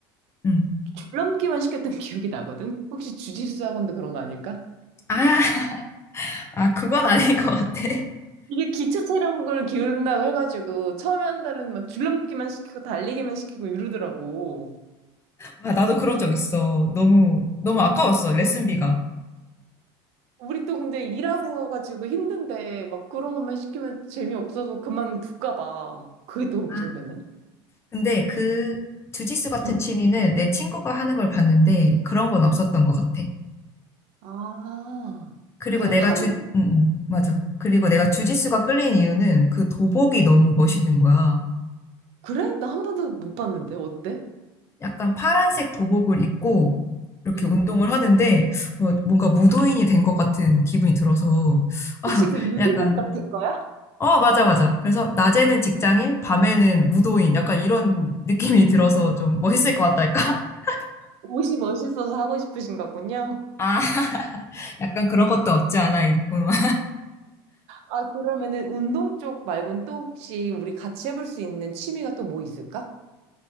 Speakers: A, on the left; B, on the right.
A: 음.
B: 줄넘기만 시켰던 <laughs> 기억이 나거든? 혹시 주짓수 학원도 그런 거 아닐까?
A: 아, <laughs> 아, 그건 아닌 것 같아.
B: 이게 기초 체력을 기울인다고 해가지고 처음에 한 달은 막 줄넘기만 시키고 달리기만 시키고 이러더라고.
A: 아, 나도 그런 적 있어. 너무, 너무 아까웠어, 레슨비가.
B: 우리 또 근데 일하고 와가지고 힘든데 막 그런 것만 시키면 재미없어서 그만둘까 봐. 그게 또 걱정되네.
A: 아, 근데 그 주짓수 같은
B: 응.
A: 취미는 내 친구가 하는 걸 봤는데 그런 건 없었던 것 같아.
B: 아,
A: 그리고
B: 그냥
A: 내가
B: 바로.
A: 주, 응, 응, 맞아.
B: 응.
A: 그리고 내가 주짓수가 끌린 이유는 그 도복이
B: 응.
A: 너무 멋있는 거야.
B: 그래? 나 한 번도 못 봤는데 어때?
A: 약간 파란색 도복을 입고 이렇게
B: 응.
A: 운동을 하는데 뭐 뭔가 무도인이 된 것 같은 기분이 들어서 <laughs> 아,
B: 혹시 그 유도복
A: 약간
B: 같은 거야?
A: 어, 맞아, 맞아. 그래서 낮에는 직장인, 밤에는 무도인, 약간 이런 느낌이 들어서 좀 멋있을 것 같달까? <laughs>
B: 옷이 멋있어서 하고 싶으신 거군요.
A: 아, 약간 그런 것도 없지 않아 있구만.
B: 아, 그러면은 운동 쪽 말고는 또 혹시 우리 같이 해볼 수 있는 취미가 또 뭐 있을까?